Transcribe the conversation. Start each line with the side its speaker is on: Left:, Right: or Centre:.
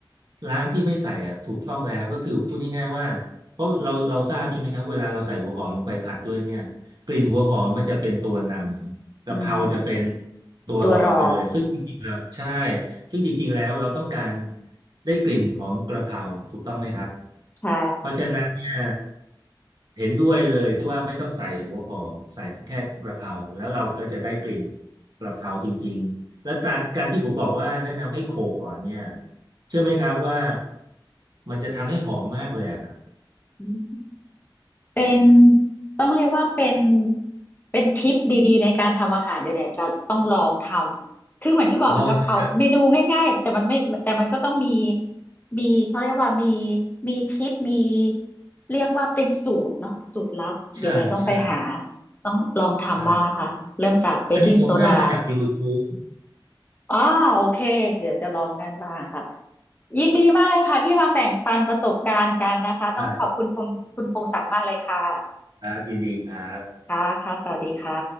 Right: ร้านที่ไม่ใส่อ่ะถูกต้องแล้วก็คือพูดง่ายๆว่าเพราะเราเราทราบใช่ไหมครับเวลาเราใส่หัวหอมลงไปผัดด้วยเนี่ยกลิ่นหัวหอมมันจะเป็นตัวนำกะเพราจะเป็น
Left: อืม
Right: ตัวรองไปเลยซึ่งจริงๆแล้วใช่
Left: ตัวรอ
Right: ซึ่งจริงๆแล้วเราต้องการได้กลิ่นของกระเพราถูกต้องไหมครับ
Left: ใช่
Right: เพราะฉะนั้นเนี่ย เห็นด้วยเลยที่ว่าไม่ต้องใส่หัวหอมใส่แค่กระเพราแล้วเราก็จะได้กลิ่นกระเพราจริงๆแล้วการการที่ผมบอกว่าแนะนำให้โขลกก่อนเนี่ยเชื่อไหมครับว่ามันจะทำให้หอมมากเลยอะครับ
Left: อืม เป็นต้องเรียกว่าเป็นเป็นทริปดีๆในการทำอาหารเดี๋ยวไหนจะต้องลองทำคือเหมือนที่บอกค่ะกะเพราเมนูง่ายๆแต่มันไม่แต่มันก็ต้องมี
Right: ลองเลยครับ
Left: มีเขาเรียกว่ามีมีทริปมีเรียกว่าเป็นสูตรเนาะสูตรลับเดี๋ยวหน่อยต้องไปหา
Right: ใช่ใช่
Left: ต้องลองทำบ้างค่ะเริ่มจากเบกกิ้งโซดา
Right: ใช่อันนี้ผมได้มาจาก YouTube
Left: อ้าวโอเคเดี๋ยวจะลองนั่นบ้างค่ะยินดีมากเลยค่ะที่มาแบ่งปันประสบการณ์กันนะคะต้องขอบคุณคุณคุณพงศักดิ์มากเลยค่ะ
Right: ใช่ครับยินดีครับ
Left: ค่ะ ค่ะ สวัสดีค่ะ